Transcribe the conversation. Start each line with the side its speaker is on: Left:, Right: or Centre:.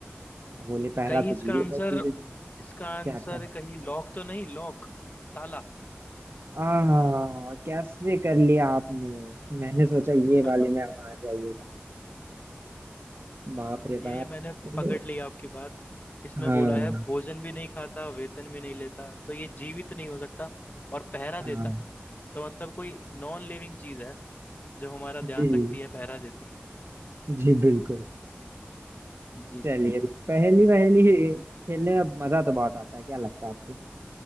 Right: बोले पहरा
Left: कहीं
Right: तो
Left: इसका
Right: जीवित
Left: आंसर
Right: व्यक्ति देते
Left: इसका
Right: क्या
Left: आंसर
Right: क्या
Left: कहीं लॉक तो नहीं लॉक ताला
Right: आ कैसे कर लिया आपने मैंने सोचा ये
Left: <laughs>
Right: वाले में आप हार जाइएगा बाप रे
Left: ये
Right: बाप
Left: मैंने
Right: चलिए
Left: पकड़ ली आपकी बात इसमें
Right: हाँ
Left: बोला है भोजन भी नहीं खाता वेतन भी नहीं लेता तो ये जीवित नहीं हो सकता और पहरा
Right: हाँ
Left: देता है तो मतलब कोई नॉन लिविंग चीज है जो हमारा ध्यान
Right: जी
Left: रखती है पहरा देती है
Right: जी बिल्कुल
Left: जी
Right: चलिए पहली पहली खेलने में मजा तो बहुत आता है क्या लगता है आपको